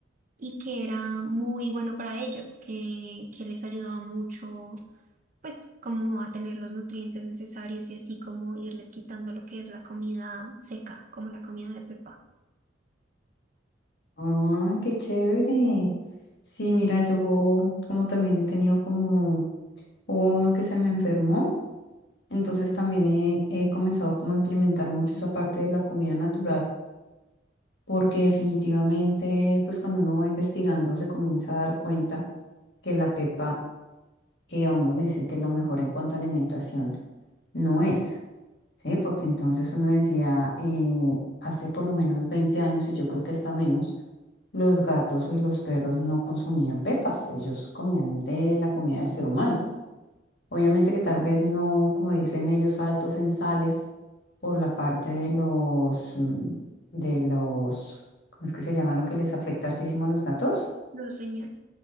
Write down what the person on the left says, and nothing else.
Ay, qué chévere. Sí, mira, yo como también he tenido como, hubo uno que se me enfermó, entonces también he, he comenzado como a implementar mucho esa parte de la comida natural, porque definitivamente, pues cuando uno va investigando se comienza a dar cuenta que la pepa, que a uno le dicen que es lo mejor en cuanto a alimentación, no es. Sí, porque entonces uno decía, eh, hace por lo menos 20 años, y yo creo que hasta menos, los gatos y los perros no consumían pepas, ellos comían de la comida del ser humano. Obviamente que tal vez no, como dicen ellos, altos en sales por la parte de los, mm, de los, ¿cómo es que se llama lo que les afecta hartísimo a los gatos?